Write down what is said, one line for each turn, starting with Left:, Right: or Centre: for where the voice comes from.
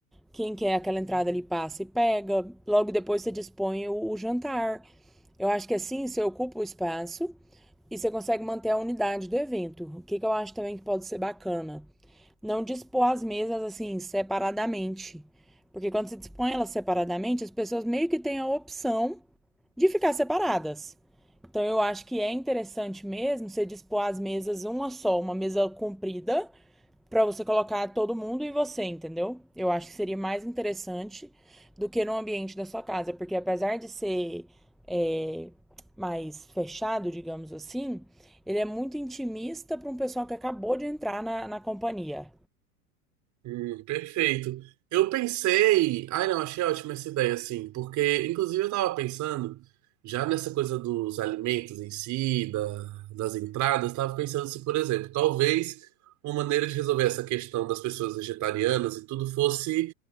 Centre: quem quer aquela entrada ali passa e pega. Logo depois você dispõe o, o jantar. Eu acho que assim você ocupa o espaço e você consegue manter a unidade do evento. O que, que eu acho também que pode ser bacana? Não dispor as mesas assim separadamente. Porque quando você dispõe elas separadamente, as pessoas meio que têm a opção de ficar separadas. Então eu acho que é interessante mesmo você dispor as mesas uma só, uma mesa comprida, para você colocar todo mundo e você, entendeu? Eu acho que seria mais interessante do que no ambiente da sua casa, porque apesar de ser é, mais fechado, digamos assim, ele é muito intimista para um pessoal que acabou de entrar na, na companhia.
Right: Hum, perfeito. Eu pensei. Ai, não, achei ótima essa ideia, assim, porque, inclusive, eu tava pensando já nessa coisa dos alimentos em si, da, das entradas, tava pensando se, por exemplo, talvez uma maneira de resolver essa questão das pessoas vegetarianas e tudo fosse